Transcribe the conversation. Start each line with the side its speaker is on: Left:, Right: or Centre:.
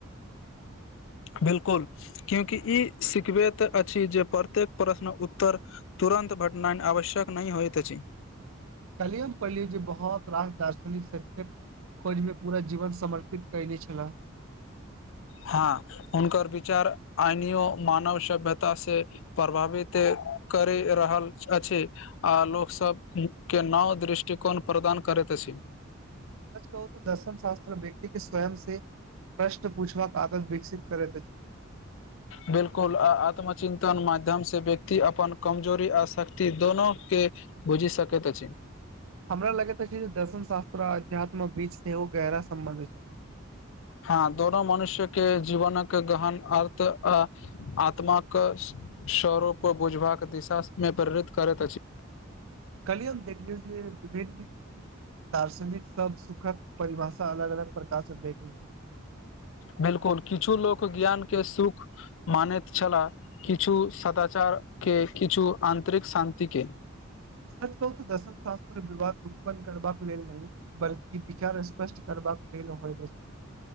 Left: बिल्कुल क्यूंकि ई सिखबैत अछि जे प्रत्येक प्रश्नक उत्तर। तुरन्त भेटनाइ आवश्यक नहि होइत अछि।
Right: कलियुग पढ़लिय जे बहुत रास दार्शनिक शक्ति। खोज मे पूरा जीवन समर्पित कयने छला।
Left: हँ हुनकर विचार आइनियु मानव सभ्यता से। परभावित करि रहल अछि। आ लोकसभ के नाव दृष्टिकोण प्रदान करैत अछि।
Right: सच कहू त दर्शन शास्त्र व्यक्ति के स्वयं से प्रश्न पूछबाक। आदत विकसित करैत अछि।
Left: बिल्कुल आ आत्मचिन्तन माध्यम से व्यक्ति अपन कमजोरी आर शक्ति दोनो के। बुझि सकेत अछि।
Right: हमरा लगैत अछि जे दर्शन शास्त्र अध्यात्मक बीच सेहो गहरा सम्बंध एछै।
Left: हँ दोनो मनुष्य के जीवनक गहन अर्थ आ आत्माकस। स्वरूप बुझबाक दिशामे प्रेरित करैत अछि।
Right: कली हम देखलिय विभिन्न। <unintelligible> दार्शनिक सब सुखद परिभाषा अलग अलग प्रकार स देखलै।
Left: बिल्कुल किछु लोक ज्ञान के सुख मानैत छलाह। किछु सदाचार के किछु आन्तरिक शान्ति के।
Right: सच कहू त दशर्न शास्त्र विवाद उत्पन्न करबाक लेल नै। बल्कि विचार स्पष्ट करबाक लेल होइ अछि।